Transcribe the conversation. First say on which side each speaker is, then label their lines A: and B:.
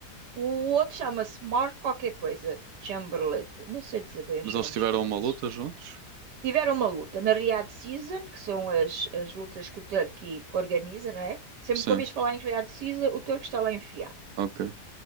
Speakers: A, on the right (about 80°); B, on the right (about 70°).
A: O outro chama-se Mark qualquer coisa, Chamberlain, não sei dizer bem os
B: Mas eles
A: nomes
B: tiveram
A: deles.
B: uma luta juntos?
A: Tiveram uma luta na Riyadh Season, que são as, as lutas que o Turki organiza, não é? Sempre
B: Sim,
A: que ouvis falar em Riyadh Season, o Turki está lá enfiado.
B: ok.